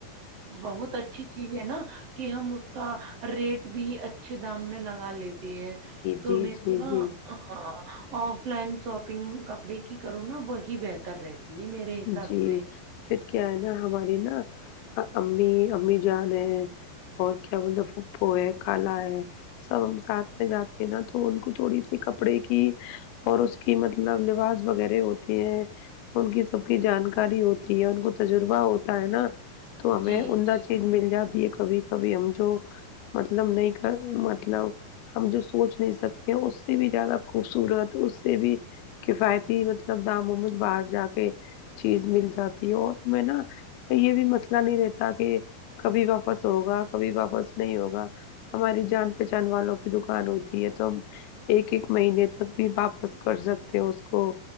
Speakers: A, on the right (about 55°); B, on the left (about 85°).
A: بہت اچھی چیز ہے نا کہ ہم اس اس کا ریٹ بھی اچھے دام میں لگا لیتے ہیں تو
B: جی
A: میرے
B: جی
A: کو نا
B: جی
A: ہاں آف لائن شاپنگ کپڑے کی کرو نا وہی بہتر رہتی ہے میرے حساب
B: جی
A: سے
B: پھر کیا ہے نا ہماری نا امی امی جان ہے اور کیا بولتا پھپھو ہے کھالا ہے سب ہم ساتھ میں جاتے ہیں نا تو ان کو تھوڑی سی کپڑے کی اور اس کی مطلب لباس وغیرہ ہوتی ہیں ان کی سب کی جانکاری ہوتی ہے ان کو تجربہ ہوتا ہے نا تو ہمیں
A: جی
B: عمدہ
A: جی
B: چیز مل جاتی ہے کبھی کبھی ہم جو مطلب نہیں کر مطلب ہم جو سوچ نہیں سکتے ہیں اس سے بھی زیادہ خوبصورت اس سے بھی کفایتی مطلب دام مومد باہر جا کے چیز مل جاتی ہے اور میں نا یہ بھی مسئلہ نہیں رہتا کہ کبھی واپس ہوگا کبھی واپس نہیں ہوگا ہماری جان پہچان والوں کی دکان ہوتی ہے تو ہم ایک ایک مہینے تک بھی واپس کر سکتے ہو اس کو